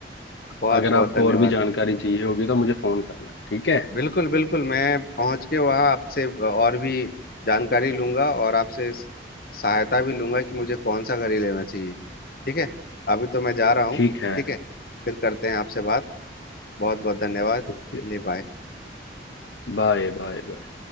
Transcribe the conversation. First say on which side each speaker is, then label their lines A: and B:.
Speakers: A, on the left; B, on the left.
A: बहुत
B: अगर
A: बहुत
B: आपको
A: धन्यवाद
B: और भी जानकारी चाहिए होगी तो मुझे फोन करना ठीक है
A: बिल्कुल बिल्कुल मैं पहुंच के वहां आपसे और भी जानकारी लूंगा और आपसे सहायता भी लूंगा कि मुझे कौन सा घड़ी लेना चाहिए ठीक है अभी तो मैं जा रहा हूँ
B: ठीक है
A: ठीक है फिर करते हैं आपसे बात बहुत बहुत धन्यवाद चलिए
B: Okay
A: बाय
B: bye bye bye